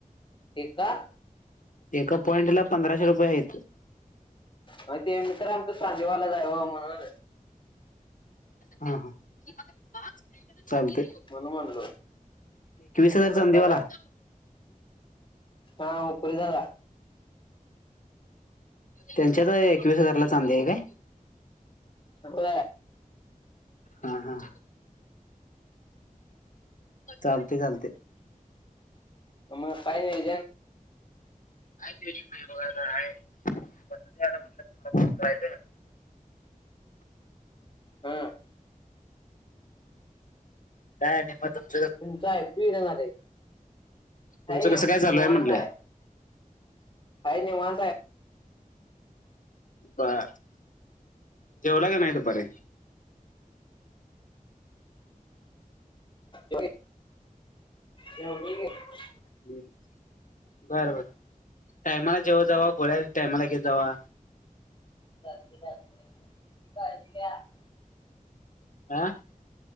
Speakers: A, on the left; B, on the left.
A: ते का
B: एका पॉइंटला पंधराशे रुपये आहेत
A: आणि तेन मित्र आमच सांगलीवाला जावं म्हणून
B: हा हा चालतय
A: म्हणून म्हणलो
B: हजार चांदीवाला
A: आता काय हा हुपरीत जाऊया
B: त्यांच्यात एकवीस हजारला चांदी आहे काय
A: हो
B: हम हम चालतय चालतय
A: म काय नाही
B: काय बघ म्हणय <unintelligible>
A: हा
B: दाय निम त <unintelligible>
A: तुमचं ऐकू येईना झालंय
B: तुमचं
A: हाय
B: कसं
A: आम
B: काय चालू
A: निवांत
B: आहे म्हटलं
A: हाय खाये वाा
B: बरं जेवला का नाही दुपारी
A: ज जेवलोय की
B: ह् बरं बर टायमाला जेवत जावं गोळ्या टायमाला घेत जावा
A: <unintelligible>
B: आह <unintelligible>